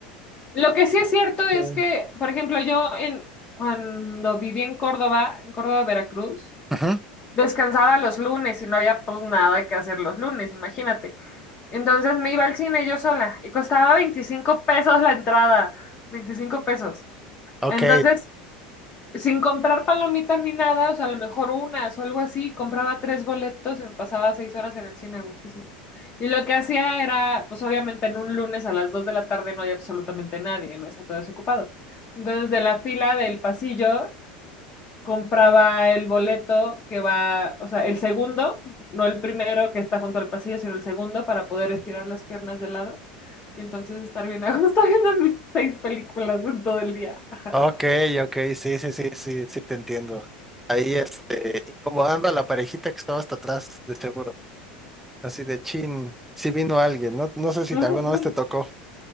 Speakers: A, on the left (about 30°); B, in the centre.
A: Lo que sí es cierto es
B: <laughs> sí.
A: que, por ejemplo, yo en, cuando viví en Córdoba, en Córdoba, Veracruz,
B: Ujú.
A: descansaba los lunes y no había pues nada que hacer los lunes, imagínate. Entonces me iba al cine yo sola y costaba 25 pesos la entrada, 25 pesos.
B: Ok,
A: Entonces, sin comprar palomitas ni nada, o sea, a lo mejor unas o algo así, compraba tres boletos y me pasaba seis horas en el cine a gustísimo. Y lo que hacía era, pues obviamente en un lunes a las 2 de la tarde no hay absolutamente nadie, no está todo desocupado. Entonces, de la fila del pasillo compraba el boleto que va, o sea, el segundo, no el primero que está junto al pasillo, sino el segundo para poder estirar las piernas de lado y entonces estar bien <laughs> a gusto viendo mis seis películas en todo el día. <laughs>
B: ok, ok, sí, sí, sí, sí, sí, te entiendo. Ahí, este, incomodando a la parejita que estaba hasta atrás, de seguro. Así de chin, si vino alguien, no, no sé si
A: Ujú,
B: te- alguna
A: ujú.
B: vez te tocó,